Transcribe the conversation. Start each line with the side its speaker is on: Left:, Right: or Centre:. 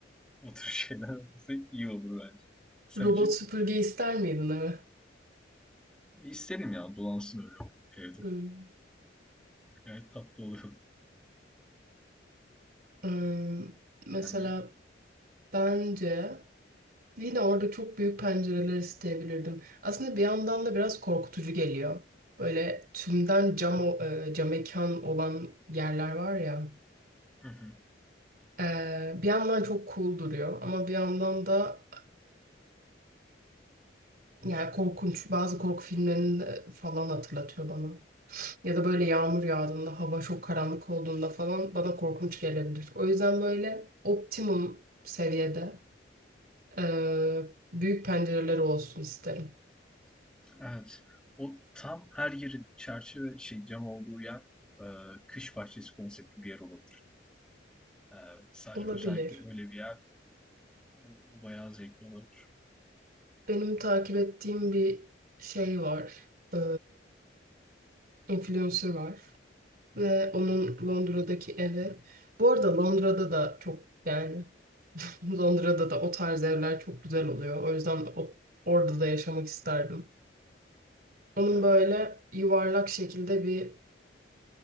Centre: o tür <laughs> şeyler olursa iyi olur bence. Sence?
Right: Robot süpürge ister miydin eve?
Centre: İsterim ya dolansın öyle o evde.
Right: Hmm.
Centre: Gayet tatlı oluyor
Right: Hmm, Mesela
Centre: <laughs> bence.
Right: Bence yine orada çok büyük pencereler isteyebilirdim. Aslında bir yandan da biraz korkutucu geliyor. Böyle tümden cam, o- e, cam mekan olan yerler var ya.
Centre: Hı hı.
Right: E, bir yandan çok cool duruyor ama bir yandan da e, yani korkunç bazı korku filmlerini de falan hatırlatıyor bana. Ya da böyle yağmur yağdığında, hava çok karanlık olduğunda falan bana korkunç gelebilir. O yüzden böyle optimum seviyede e, büyük pencereleri olsun isterim.
Centre: Evet. O tam her yeri çerçeve şey cam olduğu yer e, kış bahçesi konseptli bir yer olabilir. E, sadece
Right: Olabilir.
Centre: özellikle öyle bir yer o, o bayağı zevkli olabilir.
Right: Benim takip ettiğim bir şey var. Ee, influencer var. Ve onun
Centre: Hı hı.
Right: Londra'daki evi. Bu arada Londra'da da çok yani <laughs> Londra'da da o tarz evler çok güzel oluyor. O yüzden o- orada da yaşamak isterdim. Onun
Centre: Evet.
Right: böyle yuvarlak şekilde bir